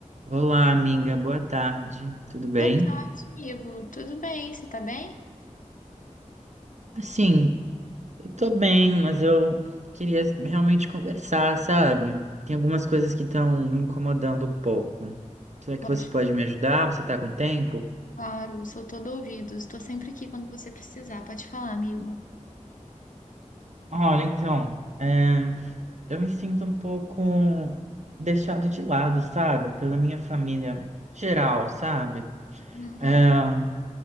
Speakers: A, on the right; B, on the left.
A: Olá, amiga, boa tarde, tudo bem?
B: Boa tarde, amigo. Tudo bem? Você tá bem?
A: Assim, eu tô bem, mas eu queria realmente conversar, sabe? Tem algumas coisas que estão me incomodando um pouco. Será que
B: Pode,
A: você pode me ajudar? Você tá com tempo?
B: claro, sou todo ouvido. Estou sempre aqui quando você precisar. Pode falar, amigo.
A: Olha, então, é, eu me sinto um pouco deixado de lado, sabe? Pela minha família geral, sabe?
B: Uhum.
A: É,